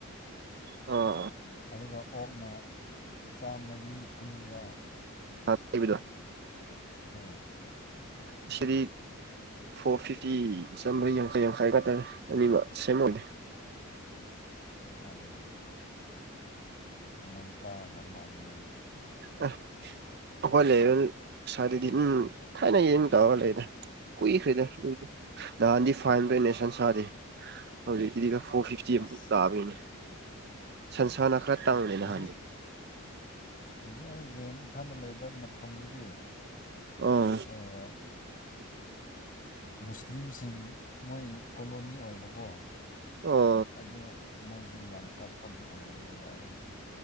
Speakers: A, on the right; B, on the left.
A: ꯑ ꯑ
B: ꯑꯗꯨꯒ ꯑꯣꯛꯅ ꯆꯥꯝꯃꯔꯤ ꯀꯨꯟꯒ
A: ꯑꯥꯕꯤꯗꯣ
B: ꯑꯥ
A: ꯁꯔꯤ ꯐꯣꯔ ꯐꯤꯐꯇꯤ ꯆꯥꯝꯃꯔꯤ ꯌꯥꯡꯈꯩ ꯌꯥꯡꯈꯩꯒꯇꯥꯔꯦ ꯑꯅꯤꯃꯛ ꯁꯦꯝꯃꯒꯦ
B: ꯑꯣ ꯑꯃꯃꯥꯡꯀꯥ ꯃꯥꯅ ꯃꯦ
A: ꯑꯦ ꯑꯩꯈꯣꯏ ꯂꯩ ꯁꯋꯥꯗꯗꯤ ꯎꯝ ꯊꯥꯏꯅ ꯌꯦꯟ ꯇꯧꯔꯒ ꯂꯩꯗ ꯀꯨꯏꯈ꯭ꯔꯦꯗꯏ ꯅꯥꯔꯗꯤ ꯐꯥꯍꯟꯗꯨꯏꯅ ꯦ ꯁꯥꯗꯤ ꯍꯧꯖꯤꯛꯀꯤꯗꯤꯒ ꯐꯣꯔ ꯐꯤꯐꯇꯤ ꯑꯃꯨꯛ
B: ꯑꯁ
A: ꯂꯥꯛꯑꯕꯒꯤꯅꯦ ꯁꯟꯁꯥꯅ ꯈꯔ ꯇꯥꯡꯂꯦ
B: ꯍꯧꯖꯤꯛ
A: ꯅꯍꯥꯟꯅꯤ
B: ꯍꯧꯖꯤꯛ ꯑꯩ ꯔꯦꯟ ꯏꯟꯊꯥꯡꯗ ꯂꯩꯕ ꯃꯐꯝꯗꯨꯗꯤ
A: ꯑꯣ
B: ꯑꯣ ꯃꯨꯁꯂꯤꯝꯁꯤꯡ ꯃꯣꯏ ꯀꯣꯂꯣꯅꯤ ꯑꯣꯏꯕꯀꯣ
A: ꯑꯣ
B: ꯑꯗꯣ ꯃꯣꯏꯖꯦ ꯌꯥꯝ ꯀꯛꯄꯒꯤ ꯑꯣꯏꯔꯝꯕ ꯌꯥꯏꯔꯗꯤ